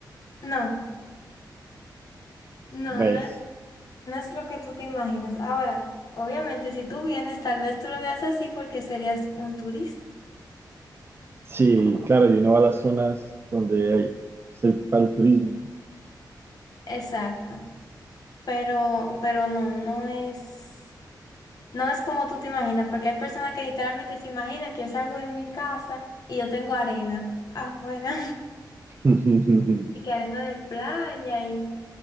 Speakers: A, on the left; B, on the right.
A: No, no,
B: Pues,
A: no es, no es lo que tú te imaginas. Ahora, obviamente, si tú vienes, tal vez tú lo veas así porque serías un turista.
B: sí, claro, y uno va a las zonas donde hay es el, para el turismo.
A: Exacto. Pero, pero no, no es, no es como tú te imaginas, porque hay personas que literalmente se imaginan que yo salgo de mi casa y yo tengo arena afuera
B: <laughs>
A: <laughs> y que arena de playa y